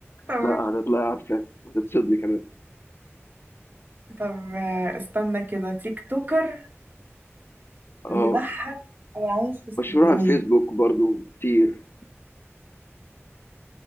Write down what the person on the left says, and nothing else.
لا هتطلعي عارفه هتتصدمي كمان
اه
مشهور على الفيسبوك برضو كتير